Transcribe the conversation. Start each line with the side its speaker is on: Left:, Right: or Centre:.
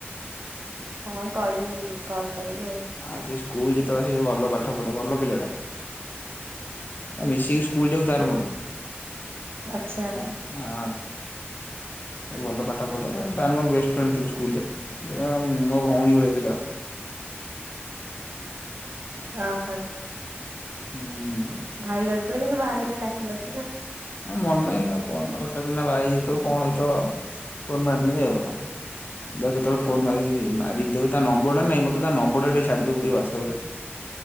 Right: ହଁ କଇିବି କଲ କରିବ।
Left: ଆଉ ସେ ସ୍କୁଲ ଯେତେବେଳେ ଆସେ ଭଲ ପାଠ ପଢେ ଭଲ ପିଲାଟା ମିଶିକି ସ୍କୁ ସ୍କୁଲ ଯାଉ ତାର
Right: ହଁ
Left: ମୋର
Right: ଆଚ୍ଛା
Left: ତା ଆ ଭଲ ପାଠ ପଢେ ତାର ମୋର ବେଷ୍ଟ ଫ୍ରେଣ୍ଡ ଥିଲୁ ସ୍କୁଲରେ, ଏ ମୋ ଭଉଣୀ ଗୋଟେ ଥିଲା ବା
Right: ଅ ହ
Left: ହୁଁ
Right: ଭାଇଗଡ ତେବେଳେ କିନ୍ତୁ ବାହାଘର ରେ ଡାକିିନଥିଲ
Left: ମନ ନାହିଁ ଆଉ। କଣ ଅଟା ଦିନ ବାହ ହେଇ ଯାଇଥିବ କଣ ହେଇଥିବ, ଫନ ମାରିନି ଆଉ। କୁ କେତବେଳେ ଫୋନ ମାରି ମାରିବିକୁ ତା ନମ୍ବର୍ ଟା ନାହିଁ ତା ନମ୍ବର ଟା ଟିକେ ଛାଡିଦବୁ ଟେ ହ୍ୱାଟସଆପ ରେ।